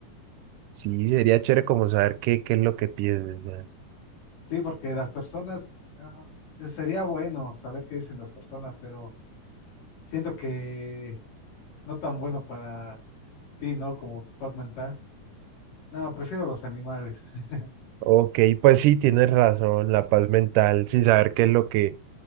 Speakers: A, on the right; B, on the left.
A: sí, sería chévere como saber qué, qué es lo que piensas, man.
B: Sí, porque las personas, ah, eh, sería bueno saber qué dicen las personas, pero siento que no tan bueno para ti, ¿no? Como tu paz mental. No, prefiero los animales. <laughs>
A: Ok, pues sí, tienes razón, la paz mental, sin saber qué es lo que